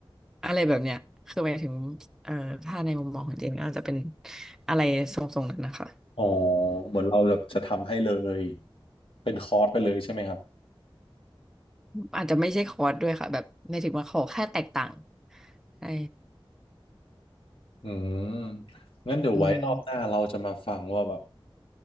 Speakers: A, in the centre; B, on the left (about 80°).
A: อะไรแบบเนี้ยคือหมายถึงเอ่อถ้าในมุมมองของเจนก็อาจจะเป็นอะไรทรงๆนั้นนะคะ
B: อ๋อเหมือนเราแบบจะทำให้เลยเป็นคอร์สไปเลยใช่ไหมครับ
A: อาจจะไม่ใช่คอร์สด้วยค่ะแบบไม่ถึงว่าขอแค่แตกต่างใช่
B: อืมงั้นเดี๋ยวไว้รอบหน้าเราจะมาฟังว่าแบบ
A: อืม